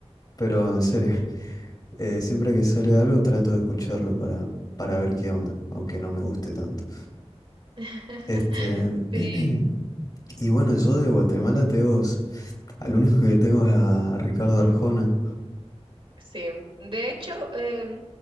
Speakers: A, on the left; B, on the right.
A: pero en serio, <laughs> eh, siempre que sale algo trato de escucharlo para, para ver qué onda, aunque no me guste tanto.
B: <laughs>
A: Este,
B: Sí,
A: <clears throat> y bueno, yo de Guatemala tengo, s- al único que tengo es a Ricardo Arjona.
B: sí. De hecho, em,